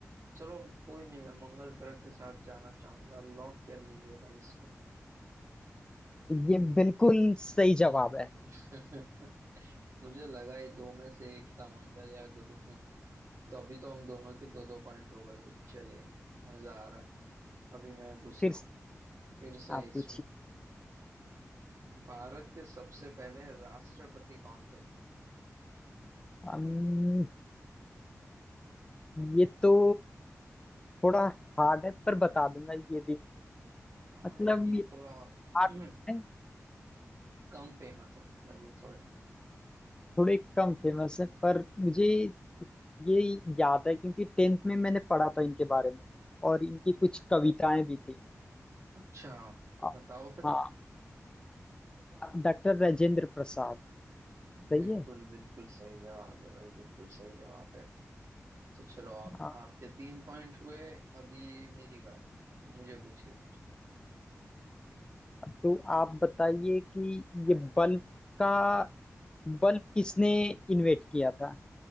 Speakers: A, on the right (about 60°); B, on the left (about 15°).
A: चलो कोई नहीं मैं मंगल ग्रह के साथ जाना चाहूंगा लॉक कर दीजिए भाई इसको
B: ये बिल्कुल सही जवाब है
A: <laughs> मुझे लगा ही दो में से एक था मंगल या गुरु तो अभी तो हम दोनों के दो दो पॉइंट हो गए भाई चलिए मजा आ रहा है अभी मैं पूछता
B: फिर से
A: हूँ फिर से
B: आप
A: हिस्ट्री
B: पूछिए
A: भारत के सबसे पहले राष्ट्रपति कौन थे
B: अम्म, ये तो थोड़ा हार्ड है पर बता दूंगा ये भी
A: हाँ
B: मतलब
A: ये
B: ये
A: थोड़ा
B: hard
A: <clears throat>
B: है।
A: कम फेमस है मतलब ये थोड़े
B: थोड़े कम फेमस है पर मुझे ये याद है क्योंकि टेंथ में मैंने पढ़ा था इनके बारे में और इनकी कुछ कविताएं भी थी
A: अच्छा
B: आ,
A: बताओ फिर
B: हाँ डॉक्टर राजेंद्र प्रसाद सही
A: बिल्कुल
B: है
A: बिल्कुल सही जवाब है भाई बिल्कुल सही जवाब है तो चलो आप
B: आ,
A: आपके तीन पॉइंट हुए अभी मेरी बारी मुझे पूछिए कुछ
B: तो आप बताइए कि ये बल्ब का बल्ब किसने इन्वेंट किया था